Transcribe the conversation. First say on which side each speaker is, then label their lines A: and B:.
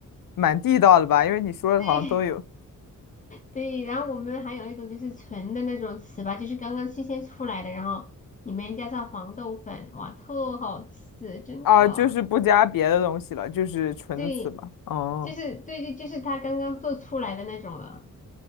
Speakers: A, on the left; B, on the left.
A: 蛮地道的吧，因为你说的好像都有。
B: 对，<laughs> 对，然后我们还有一种就是纯的那种糍粑，就是刚刚新鲜出来的，然后里面加上黄豆粉，哇，特好吃，真的啊。
A: 啊，就是不加别的东西了，就是纯糍粑。
B: 对，
A: 哦
B: 就是对对，就是它刚刚做出来的那种了。